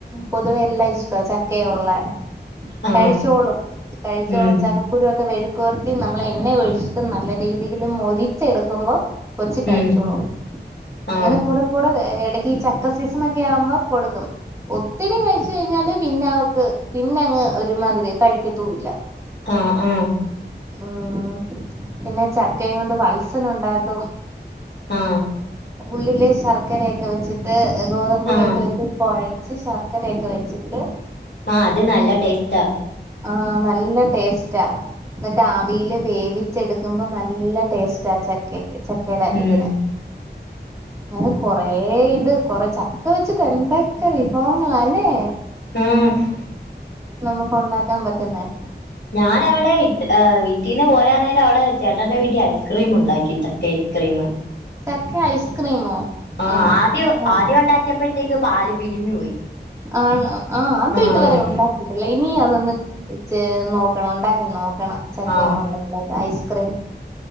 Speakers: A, on the right (about 15°); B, on the left (about 80°).
A: പൊതുവെ എല്ലാം ഇഷ്ട ചക്കെ ഒള്ള
B: ആ
A: കഴിച്ചോളും കഴിച്ചോളും
B: ഉം,
A: ചക്ക കുരുവോക്കെ വെഴുക്കുവര്ട്ടി നമ്മളെ എണ്ണേ ഒഴിചിട്ട് നല്ല രീതീല് മൊരിച്ചെടുക്കുമ്പോ കൊച്ച് കഴിചോളും
B: ഉം,
A: അങ്ങനെ
B: ആ
A: കൂടെ കൂടെ എടക്ക് ഈ ചക്ക സീസണ് ഒക്കെ ആവുമ്പം കൊടുക്കും ഒത്തിരി കഴിച്ച് കഴിഞ്ഞാല് പിന്നെ അവക്ക് പിന്നെ അങ്ങ് ഒരുമാതിരി കഴിക്കത്തൂല്ല
B: ആ ആ
A: ഉം പിന്നെ ചക്കയും കൊണ്ട് വൽസന് ഉണ്ടാക്കും
B: ആ
A: ഉള്ളില് ശർക്കരയെക്ക വെച്ചിട്ട് ഗോതമ്പ് പൊടിയൊക്കെ
B: ആ
A: വച്ചി കൊഴച്ച് ശർക്കരയൊക്കെ വെച്ചിട്ട്
B: ആ അത് നല്ല ടേസ്റ്റാ
A: ആ നല്ല ടേസ്റ്റാ ന്നട്ട് ആവീല് വേവിച്ചെടുക്കുമ്പം നല്ല ടേസ്റ്റാ ചക്കയ്ക്ക് ച ക്കെടേ
B: ഉം
A: ഇതിന് അങ്ങനെ കൊറേ ഇത് കൊറെ ചക്ക വെച്ചിട്ട് എന്തേക്കെ വിഭവങ്ങളാല്ലേ
B: ആഹ്
A: നമുക്ക് ഒണ്ടാക്കാം പറ്റുന്നേ
B: ഞാനവടെ ഇട്ട് ഏ വീട്ടീന്ന് പോരാ നേരം അവടെ ചേട്ടന്റെ വീട്ടി ഐസ്ക്രീം ഉണ്ടാക്കി ചക്ക ഐസ്ക്രീമ്
A: ചക്ക ഐസ്ക്രീമോ
B: ആ
A: ആഹ്
B: ആദ്യം
A: ആഹ്
B: ആദ്യം ഒണ്ടാക്കിയപ്പോഴത്തേക്ക് പാല് പിരിഞ്ഞു പോയി
A: ആണ് ആ അത്
B: ആഹ്
A: ഇതുവരെ ഒണ്ടാക്കി <unintelligible> അതൊന്ന് ചെ നോക്കണം ഇണ്ടാക്കി നോക്കണം ചക്കേം
B: ആഹ്
A: കൊണ്ട്ള്ള ഐസ്ക്രീമ്